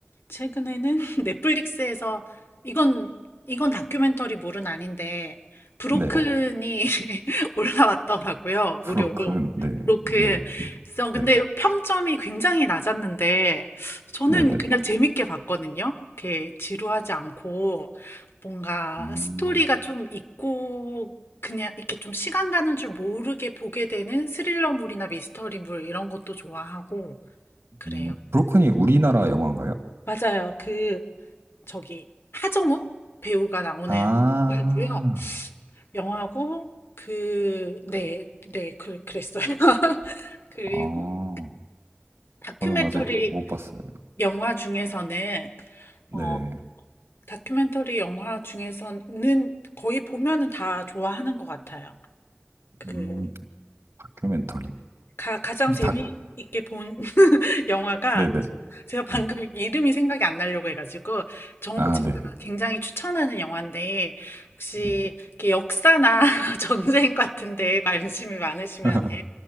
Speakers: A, on the left; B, on the right.
A: 최근에는 <laughs> 넷플릭스에서 이건 이건 다큐멘터리물은 아닌데 브로큰이
B: 네.
A: <laughs> 올라왔더라고요.
B: 브로큰,
A: 무료로.
B: 네,
A: 브로큰.
B: 네,
A: 그래서
B: 네,
A: 근데 평점이 굉장히 낮았는데 저는
B: 네, 네.
A: 그냥 재밌게 봤거든요. 이렇게 지루하지 않고 뭔가
B: 음,
A: 스토리가 좀 있고 그냥 이렇게 좀 시간 가는 줄 모르게 보게 되는 스릴러물이나 미스터리물 이런 것도 좋아하고 그래요.
B: 음, 브로큰이 우리나라 영화인가요?
A: 맞아요. 그 저기 하정우 배우가 나오는
B: 아,
A: 영화고요. 영화고 그 네, 네, 그, 그랬어요. <laughs> 그리고
B: 아,
A: 다큐멘터리
B: 저는 아직 못 봤어요.
A: 영화 중에서는
B: 네.
A: 어 다큐멘터리 영화 중에서는 거의 보면은 다 좋아하는 것 같아요. 그
B: 음, 다큐멘터리.
A: 가, 가장
B: 혹시
A: 재미있게
B: 다,
A: 본 <laughs> 영화가
B: 네네.
A: 제가 방금
B: 네.
A: 이름이 생각이 안 나려고 해가지고 정,
B: 아,
A: 제가
B: 네.
A: 굉장히 추천하는 영화인데 혹시
B: 네.
A: 이렇게 역사나 <laughs> 전쟁 같은데 관심이 많으시면
B: <laughs>